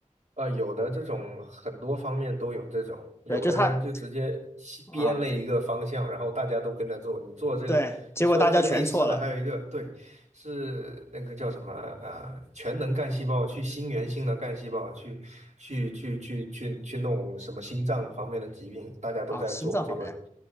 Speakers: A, on the right; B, on the left.
A: 啊、有的这种很多方面都有这种，有的人就直接西编了一个方向，
B: 对，就他啊，
A: 然后大家都跟着做。你做这个，
B: 对，结果大家全错了
A: 你说的这个类似的，还有一个对，是那个叫什么呃，全能干细胞去心源性的干细胞去去去去去去弄什么心脏方面的疾病，大家都在做，
B: 啊，心脏面面
A: 结果